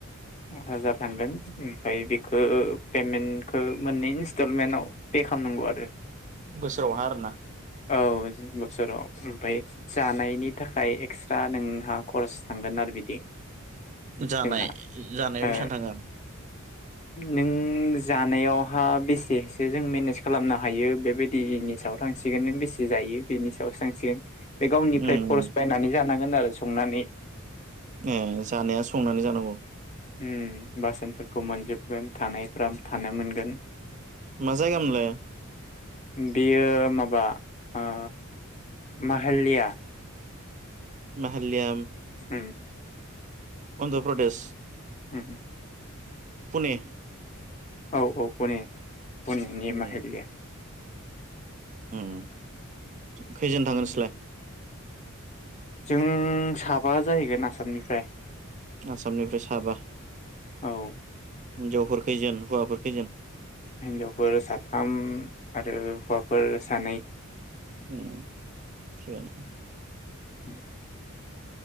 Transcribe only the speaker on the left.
हाजार थांगोन ओमफाय बेखो पेमेन्टखो मोननै इन्स्टलमेन्टाव पे खालामनांगौ आरो।
औ बोसोराव ओमफाय जानायनि थाखाय एक्सरा नोंहा खरस थांगोन आरो बिदि।
जोंहा
ओ
नों जानायावहा बेसेसो जों मेनेज खालामनो हायो बेबायदिनि सायाव थांसिगोन नों बेसे जायो बेनि सायावसो थांसिगोन। बे गावनिफ्राय
खरस बायनानै जा थांगोन आरो संनानै
उम बासोनफोरखौ मोनजोबगोन थानायफ्रा थानो मोनगोन।
बेयो माबा ओ माहाल्लिया।
उम
उम
औ-औ पुने। पुने नेमाहालिया।
जों साबा जाहैगोन आसामनिफ्राय।
औ
हिन्जावफोरा साथाम आरो हौवाफोर सानै
<unintelligible>